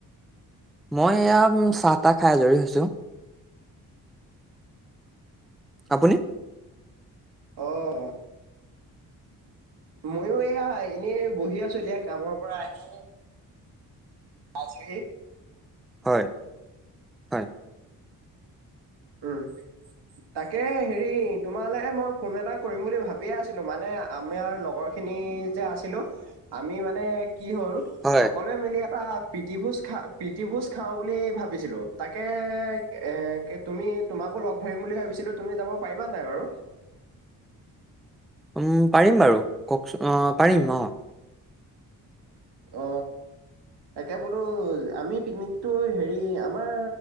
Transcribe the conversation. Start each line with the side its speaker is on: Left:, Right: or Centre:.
Centre: মই এয়া চাহ -তাহ খাই আজৰি হৈছো। আপুনি?
Right: অঁ মইো এয়া এনেই বহি আছো এতিয়া কামৰ পৰা আহি পাইছোহি।
Centre: হয়। হয়
Right: উম তাকে হেৰি তোমালৈ মই ফোন এটা কৰিম বুলি ভাবিয়ে আছিলো মানে। আমাৰ লগৰ খিনি যে আছিলো আমি মানে কি হ'ল
Centre: হয়
Right: সকলোৱে মি এটা প্ৰীতিভোজ, খা প্ৰীতি ভোজ, খাওঁ বুলি ভাবিছিলো তাকে এ তুমি তোমাকো লগ ধৰিম বুলি ভাবিছিলো তুমি যাব পাৰিবা নাই বাৰু।
Centre: উম পাৰিম বাৰু কওকচোন অ পাৰিম অ
Right: অ তাকে বোলো আমি পিকনিকটো হেৰি আমাৰ